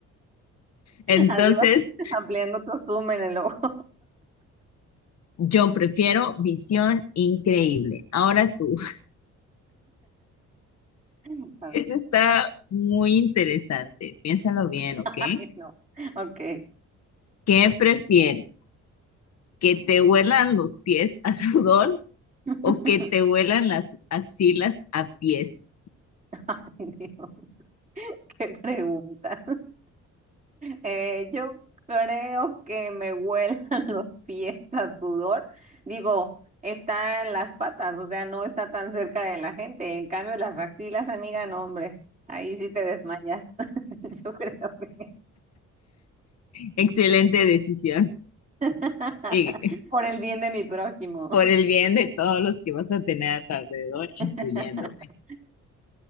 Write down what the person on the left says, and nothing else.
Entonces,
yo prefiero visión increíble. Ahora tú, <laughs>
eso está muy interesante. Piénsalo bien, ¿ok?
¿Qué prefieres? ¿Que te huelan los pies a sudor
o que te huelan las axilas a pies.
Excelente decisión.
Y
por el bien de todos los que vas a tener a tu alrededor, incluyéndome.